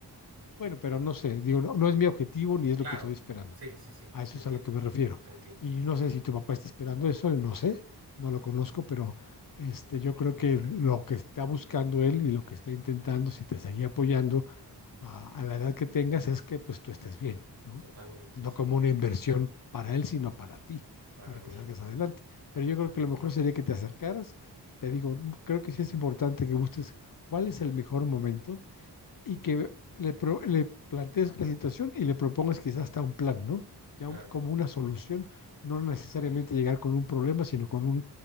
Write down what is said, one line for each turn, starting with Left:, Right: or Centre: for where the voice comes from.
Left: Bueno, pero no sé, digo, no, no es mi objetivo ni es
Right: Claro.
Left: lo que estoy esperando.
Right: Sí, sí, sí.
Left: A eso
Right: Te entiendo.
Left: es a lo que me refiero.
Right: Te entiendo,
Left: Y
Right: te entiendo.
Left: no sé si tu papá está esperando eso, no sé, no lo conozco, pero este, yo creo
Right: No
Left: que
Right: creo.
Left: lo que está buscando él y lo que está intentando, si te seguía apoyando a, a la edad que tengas es que pues tú estés bien, ¿no?
Right: Totalmente,
Left: No
Right: sí.
Left: como una inversión para él, sino para ti,
Right: Para
Left: para
Right: mí,
Left: que salgas adelante. Pero yo
Right: sí.
Left: creo que lo mejor sería que te acercaras. Te digo, creo que sí es importante que busques cuál es el mejor momento y que le, pro, le plantees la situación y le propongas quizás hasta un plan, ¿no? Ya
Right: Claro.
Left: un, como una solución, no necesariamente llegar con un problema, sino con un